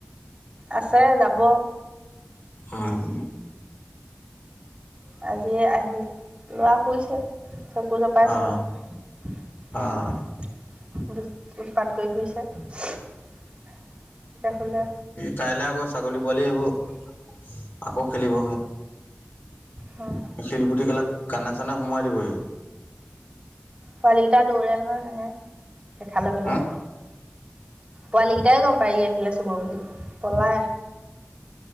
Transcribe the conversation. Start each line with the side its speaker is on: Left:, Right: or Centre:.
Right: আছে। যাব।
Left: উম।
Right: আজি আহি। ল'ৰা শুইছে, চকু জপাইছে
Left: অ',
Right: আৰু।
Left: অ',
Right: উৎপাত কৰি ফুৰিছে। এতিয়া শুলে।
Left: কাইল আকৌ ছাগলী পোৱালি আহিব। আকৌ খেলিব
Right: উম।
Left: শিলগুটি বিলাক কানে চানে সোমোৱাই দিব সি।
Right: পোৱালী কেইটা দৌৰে নহয়, নাহে। দেখা লগে
Left: হম
Right: লগে। পোৱালী কেইটাইও গম পায়। ই আহিলে বুলি। পলায়।